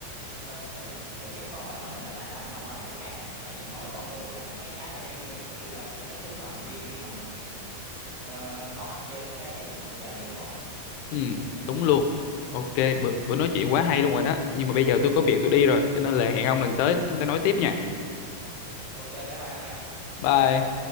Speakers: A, on the right; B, on the left.
A: ờ, tự tự chất vấn bản thân mình là tại sao mình không bằng người khác á tại vì mỗi con người là một cái cá thể riêng biệt cũng như là một cái sứ mệnh riêng khi mà mình ờ, có mặt trên cái cuộc đời này đúng không
B: ừ đúng luôn ok bữa, bữa nói chuyện quá hay luôn rồi đó nhưng mà bây giờ tôi có việc tôi đi rồi cho nên là hẹn ông lần tới chúng ta nói tiếp nha
A: ok bye bye ông nha
B: bye